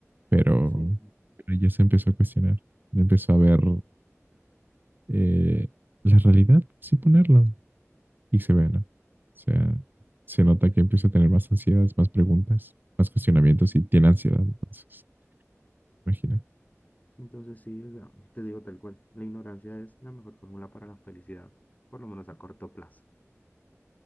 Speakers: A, on the right; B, on the left.
A: Pero,
B: sí.
A: pero ya se empezó a cuestionar, empezó a ver eh, la realidad, sin ponerlo, y se ve, ¿no? O sea, se nota que empieza a tener más ansiedades, más preguntas, más cuestionamientos y tiene ansiedad, entonces, imagínate.
B: Entonces, sí, o sea, te digo tal cual. La ignorancia es la mejor fórmula para la felicidad, por lo menos a corto plazo,